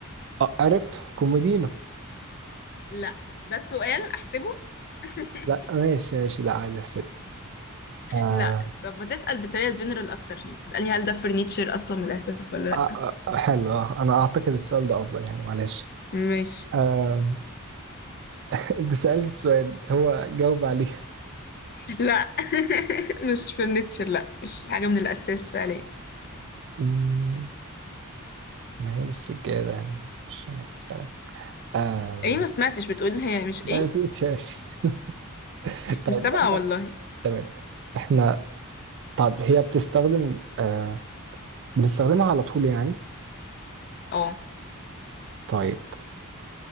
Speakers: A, on the right; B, on the left.
A: آه عرفت كوميدينو
B: لا ده السؤال احسبه <laughs>
A: لا ماشي ماشي لا عادي احسب آه
B: لا طب ما تسأل بطريقة جنرال اكتر اسألني هل ده فرنيتشر اصلا من الاساس ولا لا
A: آه آه، حلو آه أنا أعتقد السؤال ده أفضل يعني معلش
B: ماشي
A: آه <laughs> أنت سألت السؤال هو جاوب عليه
B: لا <laughs> مش فرنيتشر لا مش حاجة من الاساس فعليا
A: مم. ما هي بالسجادة يعني مش عارف السنة آم.
B: ايه ما سمعتش بتقول هي مش
A: لا
B: ايه
A: في شمس <laughs> طيب
B: مش سامعة
A: احنا
B: والله
A: تمام احنا طب هي بتستخدم آه بنستخدمها على طول يعني
B: اه
A: طيب